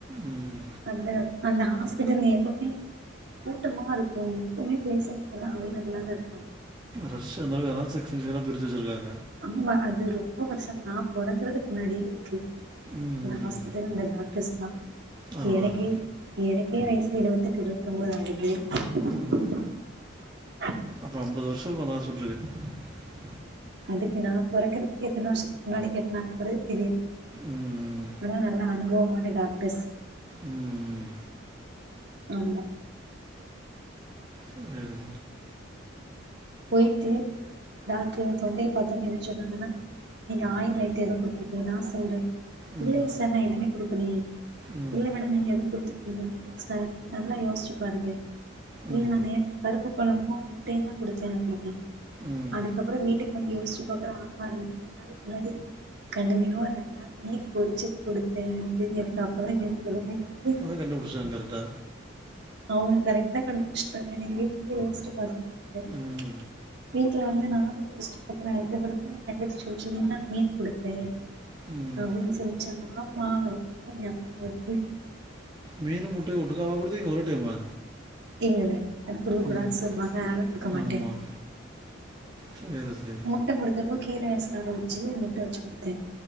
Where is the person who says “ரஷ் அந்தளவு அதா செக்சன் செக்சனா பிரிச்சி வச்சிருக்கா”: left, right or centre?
Right